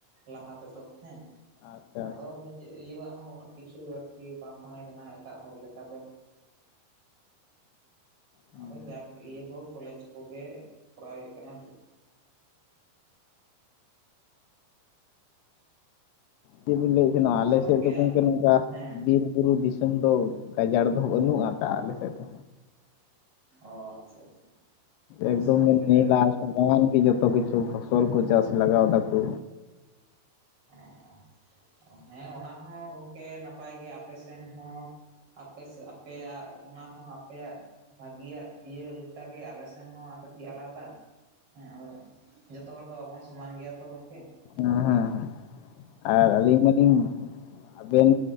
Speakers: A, on the right; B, on the left.
A: ᱞᱟᱦᱟᱛᱮ ᱛᱚ ᱦᱮᱸ
B: ᱟᱪᱪᱷᱟ
A: ᱟᱫᱚ
B: ᱟᱪᱪᱷᱟ
A: ᱱᱤᱡᱮ ᱤᱭᱟᱹᱣᱟᱜ ᱦᱚᱸ ᱩᱱᱟᱹᱜ ᱠᱤᱪᱷᱩ ᱟᱨᱠᱤ ᱵᱟᱝ ᱛᱟᱦᱮᱸ ᱠᱟᱱᱟ᱾ ᱮᱴᱟᱜ ᱦᱚᱲ ᱞᱮᱠᱟ ᱫᱚ
B: ᱦᱮᱸ
A: ᱟᱫᱚ ᱡᱟᱠ ᱤᱭᱟᱹ ᱠᱚ ᱠᱚᱞᱮᱡᱽ ᱠᱚᱜᱮ ᱠᱚᱨᱟᱣ ᱦᱩᱭᱩᱜ ᱠᱟᱱᱟ᱾
B: ᱪᱮᱫ ᱵᱤᱱ ᱞᱟᱹᱭᱮᱫ ᱛᱟᱦᱮᱱᱟ ᱟᱞᱮ
A: ᱜᱚᱝᱠᱮ
B: ᱥᱮᱫ ᱫᱚ ᱱᱚᱝᱠᱟ
A: ᱦᱮᱸ
B: ᱵᱤᱨ ᱵᱩᱨᱩ ᱫᱤᱥ ᱥᱟᱹᱢ ᱫᱚ ᱜᱟᱡᱟᱲ ᱫᱚ ᱵᱟᱹᱱᱩᱜᱼᱟ ᱟᱠᱟᱫ ᱟᱞᱮ ᱥᱮᱫ ᱫᱚ
A: ᱚ ᱟᱪᱪᱷᱟ ᱟᱪᱪᱷᱟ ᱟᱯᱮ
B: ᱮᱠᱫᱚᱢ
A: ᱥᱮᱱ ᱫᱚ ᱜᱟᱡᱟᱲ
B: ᱧᱮᱞᱟ
A: ᱫᱚ ᱵᱟᱝ
B: ᱥᱚᱢᱟᱱ ᱜᱮ ᱡᱚᱛᱚ ᱠᱤᱪᱷᱩ ᱯᱷᱚᱥᱚᱞ ᱠᱚ ᱪᱟᱥ ᱞᱟᱜᱟᱣ ᱫᱟᱠᱚ᱾
A: ᱦᱮᱸ <inaudible> ᱦᱮᱸ ᱚᱱᱟ ᱦᱚᱸ ᱜᱚᱝᱠᱮ ᱱᱟᱯᱟᱭ ᱜᱮ ᱟᱯᱮ ᱥᱮᱱ ᱦᱚᱸ ᱟᱯᱮ ᱥᱮᱫ ᱟᱯᱮᱭᱟᱜ ᱚᱱᱟ ᱦᱚᱸ ᱟᱯᱮᱭᱟᱜ ᱵᱷᱟᱜᱤᱭᱟᱜ ᱤᱭᱟᱹ ᱞᱮᱠᱟᱜᱮ ᱟᱞᱮ ᱥᱮᱱ ᱦᱚᱸ ᱟᱨ ᱠᱟᱹᱴᱤᱡ ᱟᱞᱟᱫᱟ ᱦᱮᱸ ᱟᱫᱚ ᱡᱚᱛᱚ ᱦᱚᱲ ᱫᱚ ᱵᱟᱵᱚᱱ ᱥᱚᱢᱟᱱ ᱜᱮᱭᱟ ᱛᱚ ᱜᱚᱢᱠᱮ
B: ᱦᱮᱸ ᱦᱮᱸ ᱦᱸ ᱟᱨ ᱟᱹᱞᱤᱧ ᱢᱟᱞᱤᱧ ᱟᱵᱮᱱ